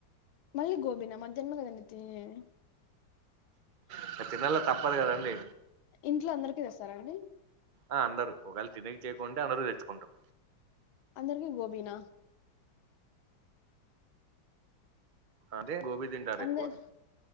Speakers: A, on the left (about 85°); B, on the right (about 75°).
A: మళ్ళీ గోబిన మధ్యాహనమే తినీ.
B: ఇంక తినాల తప్పదు కదండి
A: ఇంట్లో అందరికి తెస్తారండి
B: ఆ అందరు ఒకవేళ తినేకి చేయకుంటే అందరు తెచ్చుకుంటాం.
A: అందరికి గోబినా.
B: అదే గోబీ తింటారు
A: అందరు
B: ఎక్కువ